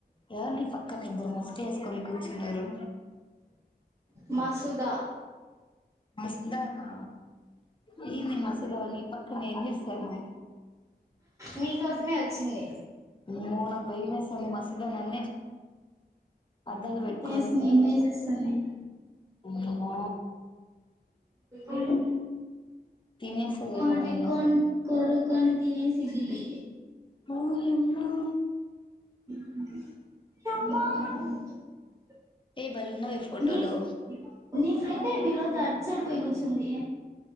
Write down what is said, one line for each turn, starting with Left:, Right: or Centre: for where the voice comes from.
Left: ఎవర్ నీ పక్కన ఇద్దరు ముసులు వేసుకొని కూర్చున్నారు
Right: మసూదా
Left: మసదానా నను మసూదానీ పక్కన ఏమ్ చేస్తుంది
Right: నీకోసమే వచ్చింది
Left: అమ్మో నాకు బయమేసన్నది మసదా నన్నే చూ అద్దాలు పెట్టుకోని
Right: ఎస్ నిన్నే చూస్తాను
Left: అమ్మో
Right: అవును
Left: తినేస్తదేమో
Right: కొ రికో
Left: నన్ను
Right: కోరుకొని తినేసిదిలే
Left: ఓయ్యామ్మో
Right: యమ్మ
Left: ఏ బలేఉన్నావే ఫోటోలో
Right: నీ నీ ఫ్రెండేమీ ఈ రోజు అటు సైడ్ పోయి కూర్చుంది